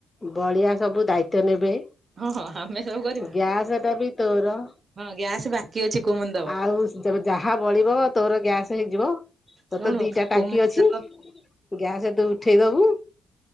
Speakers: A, on the left; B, on the right.
A: ବଳିଆ ସବୁ ଦାୟିତ୍ଵ ନେବେ।
B: ହଁ ହଁ ଆମେ ସବୁ କରିବୁ
A: ଗ୍ୟାସ ଟା ବି ତୋର।
B: ହଁ ଗ୍ୟାସ୍ ବାକି ଅଛି କୁମ
A: ଆଉ ଯେ ଯାହା ବଳିବ ତୋର ଗ୍ୟାସ୍ ହେଇଯିବ। ତୋତେ
B: ଶୁଣୁ
A: ଦିଟା ଟାଙ୍କି
B: କୁମୁନି
A: ଅଛି
B: ଦବ
A: ଗ୍ୟାସ ଏଦୁ ଉଠେଇ ଦବୁ।